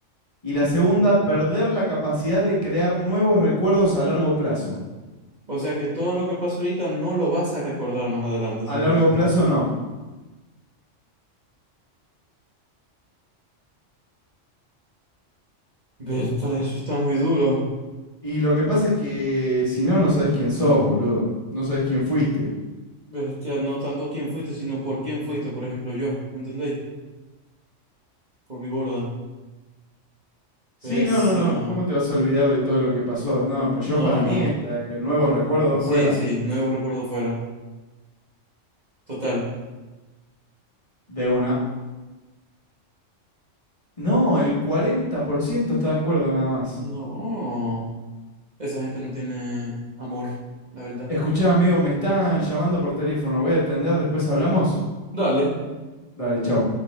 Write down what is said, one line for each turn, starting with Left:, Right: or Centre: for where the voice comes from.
Left: Y la segunda, perder la capacidad de crear nuevos recuerdos a largo plazo.
Right: O sea que todo lo que pasó ahorita no lo vas a recordar más adelante, simplemente.
Left: A largo plazo no.
Right: Bertale, eso está muy duro.
Left: Y lo que pasa es que si no, no sabes quién sos, boludo. No sabes quién fuiste.
Right: Bestia, no tanto quién fuiste, sino por quién fuiste, por ejemplo, yo. ¿Me entendéis? Por mi borda.
Left: Sí,
Right: Bestia.
Left: no, no, no. ¿Cómo te vas a olvidar de todo lo que pasó? No, pues
Right: No,
Left: yo para
Right: no.
Left: mí es la de nuevos recuerdos
Right: Sí,
Left: afuera.
Right: sí, nuevos recuerdos fuera. Total.
Left: De una. No, el 40% está de acuerdo nada más.
Right: No. Esa gente no tiene amor, la verdad.
Left: Escuchá, amigo, me están llamando por teléfono. Voy a atender, después hablamos.
Right: Dale.
Left: Dale, chao.